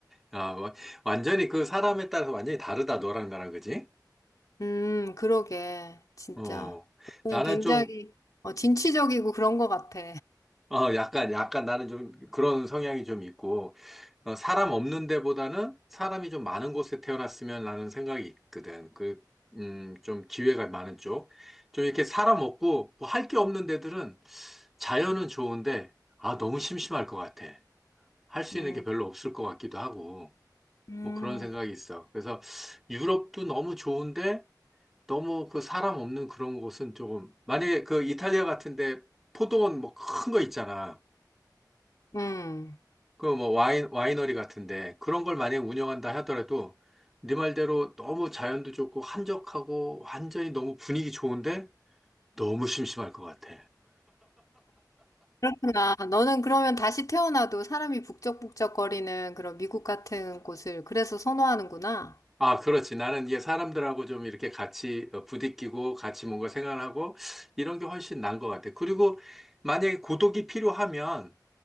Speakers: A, in the centre; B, on the left.
A: 아 와- 완전히 그 사람에 따라서 완전히 다르다, 너랑 나랑, 그지?
B: 음, 그러게. 진짜.
A: 어,
B: 그냥
A: 나는
B: 굉장히
A: 좀,
B: 어, 진취적이고 그런 것 같아.
A: 어, 약간, 약간 나는 좀 그런 성향이 좀 있고, 어, 사람 없는 데보다는 사람이 좀 많은 곳에 태어났으면 라는 생각이 있거든. 그, 음, 좀 기회가 많은 쪽. 좀 이렇게 사람 없고, 뭐 할 게 없는 데들은 자연은 좋은데, 아, 너무 심심할 것 같아. 할 수
B: 음.
A: 있는 게 별로 없을 것 같기도 하고,
B: 음.
A: 뭐 그런 생각이 있어. 그래서 유럽도 너무 좋은데, 너무 그 사람 없는 그런 곳은 조금 만약에 그 이탈리아 같은데 포도원 뭐 큰 거 있잖아.
B: 음.
A: 그 뭐 와인 와이너리 같은데 그런 걸 만약에 운영한다 하더라도 네 말대로 너무 자연도 좋고 한적하고 완전히 너무 분위기 좋은데 너무 심심할 것 같아.
B: 그렇구나. 너는 그러면 다시 태어나도 사람이 북적북적거리는 그런 미국 같은 곳을 그래서 선호하는구나.
A: 아, 그렇지. 나는 이게 사람들하고 좀 이렇게 같이 어, 부딪히고 같이 뭔가 생활하고 이런 게 훨씬 나은 것 같아. 그리고 만약에 고독이 필요하면